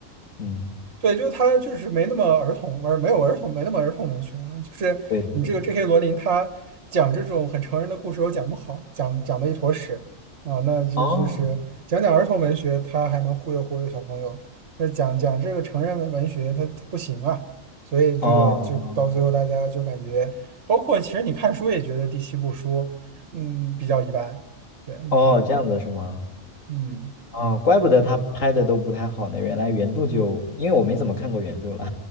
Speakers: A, on the left; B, on the right.
A: 嗯，
B: 对，就是他，就是没那么儿童而没有儿童，没那么儿童文学了。就是你这个
A: 对对对。
B: J.K. 罗琳，他讲这种很成人的故事又讲不好，讲讲的一坨屎啊。那就就是讲讲儿童文学，
A: 哦，
B: 他还能忽悠忽悠小朋友；那讲讲这个成人文文学，他他不行啊。所以这个就到最后，
A: 哦
B: 大家就感觉，包括其实你看书也觉得第七部书，嗯，比较一般。对，
A: 哦，这样子是吗？
B: 嗯。
A: 哦，怪不得他拍的都不太好呢。原来原著就，因为我没怎么看过原著了。